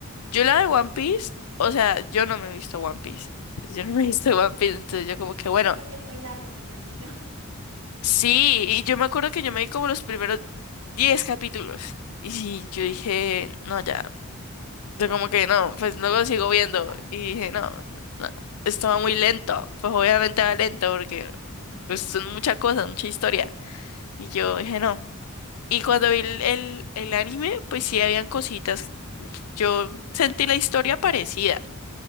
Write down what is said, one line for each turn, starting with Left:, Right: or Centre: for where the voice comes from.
Left: Yo la de One Piece, o sea, yo no me he visto One Piece. <laughs> Yo no me he visto One Piece,
Right: Sí,
Left: entonces yo como que, bueno,
Right: por lo que es muy largo, me imagino.
Left: sí, y yo me acuerdo que yo me vi como los primeros 10 capítulos. Y sí, yo
Right: <laughs>
Left: dije, no, ya, yo como que no, pues luego sigo
Right: No,
Left: viendo.
Right: ya.
Left: Y dije, no, no, esto va muy lento, pues obviamente va lento porque pues, son muchas cosas, mucha historia. Y yo dije, no. Y cuando vi
Right: <laughs>
Left: el, el, el anime, pues sí habían cositas, yo sentí la historia parecida.